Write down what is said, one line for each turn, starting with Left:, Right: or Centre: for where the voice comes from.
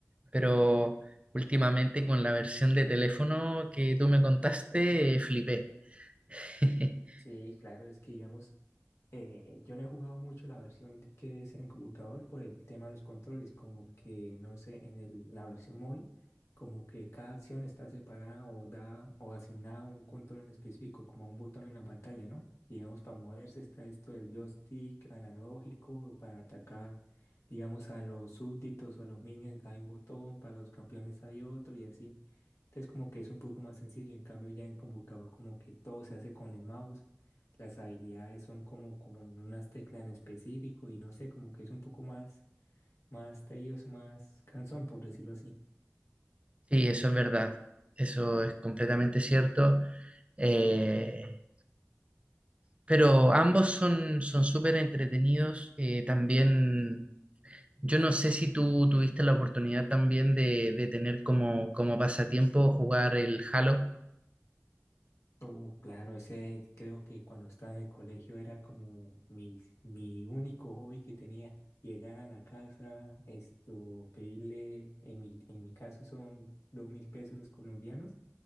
Right: pero últimamente con la versión de teléfono que tú me contaste, eh, flipé. <laughs>
Left: Sí, claro, es que digamos... Eh, yo no he jugado mucho la versión de- que es en computador por el tema de los controles, como que, no sé, en el- la versión móvil, como que cada acción está separada o da o asignada a un control en específico, como a un botón en la pantalla, ¿no? Digamos, para moverse está esto del joystick analógico, para atacar, digamos, a los súbditos o a los minions hay un botón, para los campeones hay otro y así. Entonces como que es un poco más sencillo, en cambio ya en computador como que todo se hace con el mouse las habilidades son como con unas teclas en específico y no sé, como que es un poco más, más tedioso, más cansón, por decirlo así.
Right: Sí, eso es verdad, eso es completamente cierto. Eh, pero ambos son son súper entretenidos. eh, también Yo no sé si tú tuviste la oportunidad también de, de tener como, como pasatiempo jugar el Halo.
Left: Uh, claro, ese creo que cuando estaba en el colegio era como mi, mi único hobby que tenía. Llegar a la casa, esto, pedirle, en mi, en mi caso son dos mil pesos colombianos